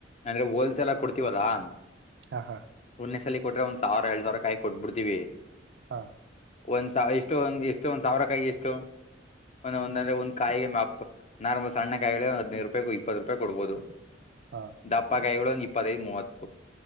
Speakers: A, on the left; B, on the right.
A: ಅಂದ್ರೆ ಹೋಲ್ಸೆಲ್ ಕೊಡ್ತೀವಲ್ಲಾ
B: ಹಾ ಹಾ
A: ಒಂದೆಸಲಿ ಕೊಟ್ರ ಒಂದ್ ಸಾವಿರಡ್ ಸಾವರ ಕಾಯಿ ಕೊಬ ಬಿಡ್ತೀವಿ
B: ಹಾ
A: ಒಂದ್ ಸಾವ ಇಷ್ಟು ಒಂದ ಎಷ್ಟು ಒಂದ್ ಸಾವಿರ ಕಾಯಿ ಎಷ್ಟು ಒಂದ ಒಂದಂದ್ರೆ ಒಂದ್ ಕಾಯಿಗೆ ಮಪ್ ನಾರ್ಮ ಒ ಸಣ್ಣ ಕಾಯಿ ಹದಿನೈರು ರೂಪಾಯೂ ಇಪ್ಪತ್ ರೂಪಾಯ್ ಕೊಡ್ಬಹದು
B: ಹಾ
A: ದಪ್ಪ ಕಾಯಗಳು ಒ ಇಪ್ಪತ್ತದು ಮೂವತ್ತು